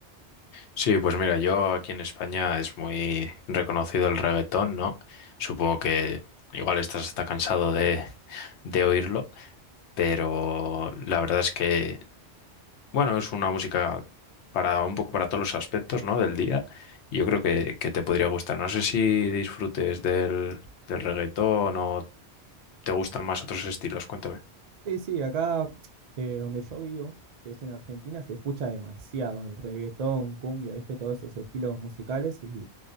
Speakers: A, on the left; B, on the right.
A: Sí, pues mira, yo aquí en España es muy reconocido el reggaetón, ¿no? Supongo que igual estás hasta cansado de, de oírlo, pero la verdad es que, bueno, es una música para un poco para todos los aspectos, ¿no? del día. Yo creo que, que te podría gustar. No sé si disfrutes del, del reggaetón o te gustan más otros estilos, cuéntame.
B: Sí, sí, acá eh, donde yo vivo, que es en Argentina, se escucha demasiado el reggaetón, cumbia, viste, todos esos estilos musicales, y